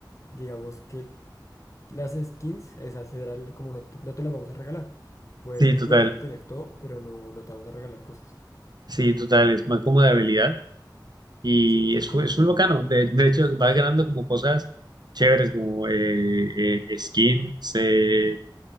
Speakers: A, on the left (about 40°); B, on the right (about 60°).
A: digamos que Las skins, esas serán como no te, no te las vamos a regalar. Puedes
B: sí,
A: desbloquear
B: total.
A: y tener todo, pero no, no te vamos a regalar cosas.
B: Sí, total. Es más como de habilidad. Y
A: Sí, tal
B: es,
A: cual.
B: es un bacano. De, de hecho, vas ganando como cosas chéveres, como eh, eh, skins, eh,